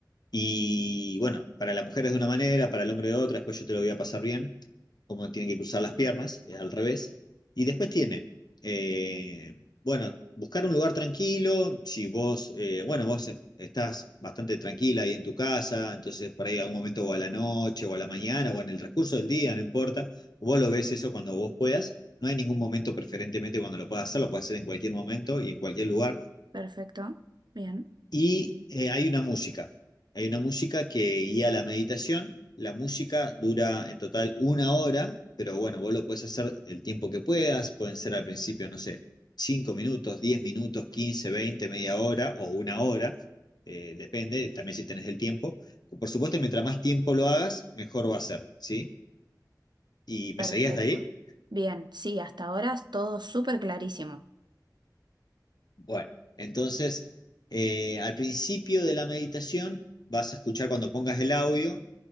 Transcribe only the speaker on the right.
Perfecto, bien.
Perfecto.
Bien, sí, hasta ahora es todo súper clarísimo.